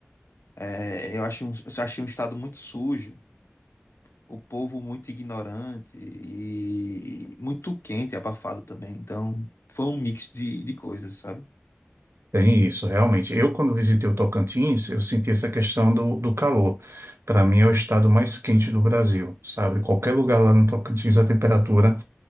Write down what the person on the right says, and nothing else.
Tem isso, realmente. Eu, quando visitei o Tocantins, eu senti essa questão do, do calor. Para mim, é o estado mais quente do Brasil, sabe? Qualquer lugar lá no Tocantins, a temperatura